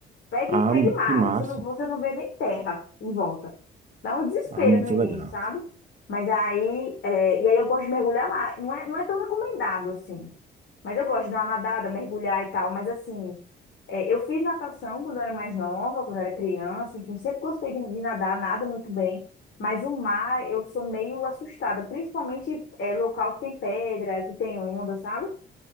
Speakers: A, on the left; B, on the right.
A: Pegue,
B: Ah,
A: pegue mar,
B: que massa.
A: você não, você não vê nem terra em volta. Dá um desespero
B: Ah, muito
A: no início,
B: legal.
A: sabe? Mas aí, é, e aí eu gosto de mergulhar lá. Não é, não é tão recomendado assim. Mas eu gosto de dar uma nadada, mergulhar e tal. Mas assim, é, eu fiz natação quando eu era mais nova, quando eu era criança, enfim, sempre gostei de, de nadar, nado muito bem. Mas o mar, eu sou meio assustada, principalmente é, local que tem pedra, que tem onda, sabe?